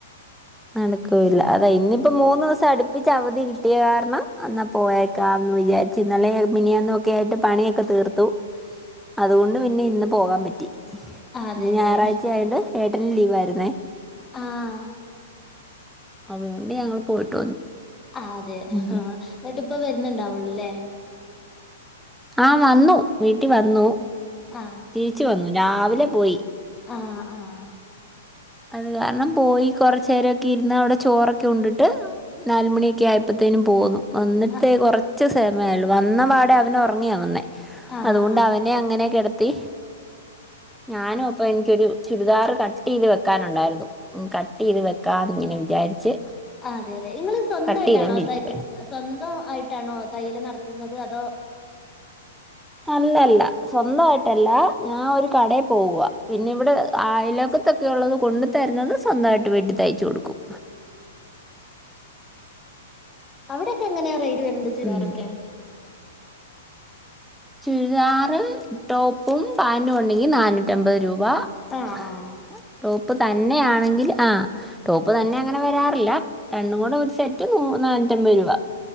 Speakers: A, in the centre; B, on the left (about 15°).
A: നടക്കൂല്ല അതെ ഇന്നിപ്പോ മൂന്ന് ദിവസം അടുപ്പിച്ച് അവധി കിട്ടിയ കാരണം എന്നാ പോയേക്കാം വിചാരിച്ചു ഇന്നലേം മിനിഞ്ഞാന്നും ഒക്കെ ആയിട്ട് പണിയൊക്കെ തീർത്തു അതുകൊണ്ട് പിന്നെ ഇന്ന് പോകാൻ പറ്റി
B: അതെല്ലേ
A: ഇന്ന് ഞായറാഴ്ച ആയോണ്ട് ഏട്ടനും ലീവായിരുന്നേ
B: ആഹ്
A: അത് കൊണ്ട് ഞങ്ങൾ പോയിട്ട് വന്നു
B: ആ അതെ
A: ഉം.
B: ആ എന്നിട്ടിപ്പം വരുന്ന്ണ്ടാവുള്ളുല്ലേ
A: ആഹ് വന്നു വീട്ടിൽ വന്നു
B: ആഹ്
A: രിച്ചു വന്നു രാവിലെ പോയി
B: ആഹ് ആഹ്
A: അത് കാരണം പോയി കൊറച്ച നേരമൊക്കെ ഇരുന്ന് അവിടെ ചോറൊക്കെ ഉണ്ടിട്ട് നാല് മണിയൊക്കെ ആയപ്പോഴത്തേനും പോകന്നു വന്നിട്ടേ
B: ആഹ്
A: കൊറച്ച് സമയേള്ളു വന്ന പാടെ അവന ഉറങ്ങിയാവന്നേ
B: ആഹ്
A: അതുകൊണ്ട്
B: ആഹ്
A: അവനെ അങ്ങനെൊ കെടത്തി ഞാനും അപ്പൊ എനിക്കൊരു ചുരിദാർ കട്ട് ചെയ്ത് വെക്കാനുണ്ടായിരുന്നു ഉം കട്ട് ചെയ്ത് വെക്കാന്ന് ഇങ്ങനെ വിചാരിച്ച്
B: ആ അതെ അല്ലെ നിങ്ങള് സ്വന്തമായിട്ടാണോ
A: കട്ട് ചെയ്തോണ്ടിരിക്കുവായിരുന്നു
B: തൈ സ്വന്തം ആയി ട്ടാ ണോ തയ്യല് നടത്തുന്നത് അതോ
A: അല്ലല്ല സ്വന്തമായിട്ടല്ല ഞാൻ ഒരു കടയിൽ പോവുക പിന്നെ ഇവിടെ ആയിലകത്തൊക്കെ ഉള്ളത് കൊണ്ട് തരുന്നത് സ്വന്തമായിട്ട് വീട്ടി തയ്ച്ചു കൊടുക്കും
B: <inaudible> അവിടൊക്കെ എങ്ങനെയാ റെയ്ഡ് വരുന്നത് ചുരിദാറൊക്കെ
A: ഉം ചുരിദാറ് ടോപ്പും പാന്റും ഉണ്ടെങ്കിൽ നന്നൂറ്റ അമ്പത് രൂപ വ
B: ആഹ് ആഹ്
A: ടോപ്പ പ്പ് തന്നെ ആണെങ്കിൽ ആ ടോപ്പ് തന്നെ അങ്ങനെ വരാറില്ല രണ്ടും കൂടെ ഒരു സെറ്റ് മുന പ്പ മുപത്തൻപത് രൂപ